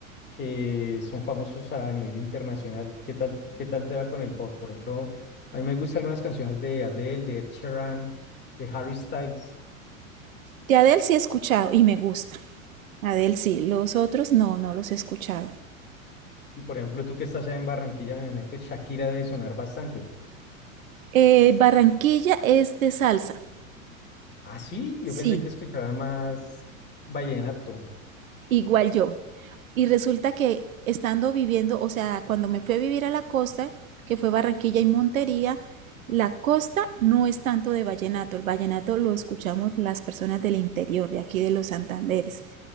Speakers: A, on the left; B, on the right.
A: que son famosos a nivel internacional. ¿Qué tal, qué tal te va con el pop? Por ejemplo, a mí me gustan algunas canciones de Adele, de Ed Sheeran, de Harry Styles.
B: De Adele sí he escuchado y me gusta. Adele sí, los otros no, no los he escuchado.
A: Y por ejemplo, tú que estás allá en Barranquilla, me imagino que Shakira debe sonar bastante.
B: Eh, Barranquilla es de salsa,
A: Ah, sí, yo
B: sí,
A: pensé que escuchaban más vallenato.
B: Igual yo. Y resulta que estando viviendo, o sea, cuando me fui a vivir a la costa, que fue Barranquilla y Montería, la costa no es tanto de vallenato, el vallenato lo escuchamos las personas del interior, de aquí de los Santanderes.